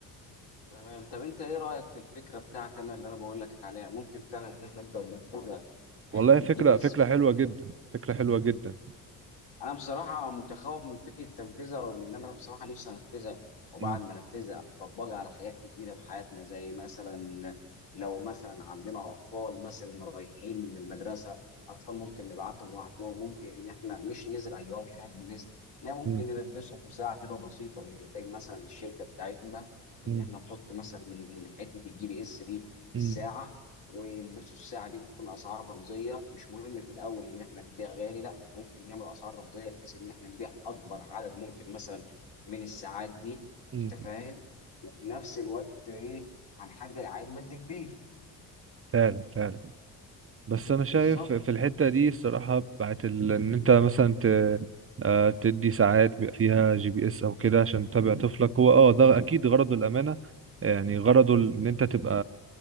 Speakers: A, on the left; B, on the right.
A: تمام طب انت ايه رايك في الفكره بتاعت انا اللي انا بقول لك عليها ممكن فعلا ان احنا نقدر نتبع حته
B: والله
A: الجي
B: فكرة
A: بي اس
B: فكرة حلوة جدا فكرة حلوة جدا
A: انا بصراحه متخوف من فكره تنفيذها رغم ان انا بصراحه نفسي انفذها وبعد
B: مم.
A: ما انفذها اطبقها على حاجات كتيره في حياتنا زي مثلا لو مثلا عندنا اطفال مثلا رايحين من المدرسه اطفال ممكن نبعتهم لوحدهم ممكن ان احنا مش نزرع جواهم شريحه جبس لا ممكن
B: مم.
A: نلبسهم ساعه كده بسيطه من انتاج مثلا الشركه بتاعتنا ان
B: مم.
A: احنا نحط مثلا حته الجي بي اس دي في
B: مم.
A: الساعه ويلبسوا الساعه دي وتكون اسعار رمزيه مش مهم في الاول ان احنا نبيع غالي لا احنا ممكن نعمل اسعار رمزيه بحيث ان احنا نبيع اكبر عدد ممكن مثلا من الساعات دي
B: مم.
A: انت فاهم وفي نفس الوقت ايه هنحقق عائد مادي كبير
B: فعلا فعلا بس انا شايف
A: بالظبط
B: في الحته دي الصراحه بتاعت ال- ان انت مثلا ت... آه، تدي ساعات بيبقى فيها جي بي اس او كده عشان تتابع طفلك هو اه ده اكيد غرضه الامانه يعني غرضه ال- ان انت تبقى